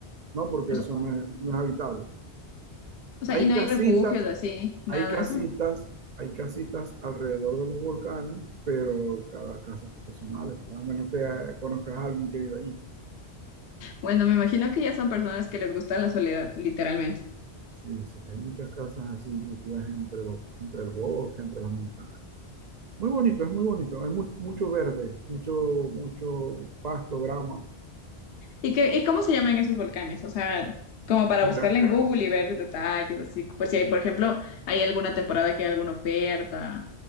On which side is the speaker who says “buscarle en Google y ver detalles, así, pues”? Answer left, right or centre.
Left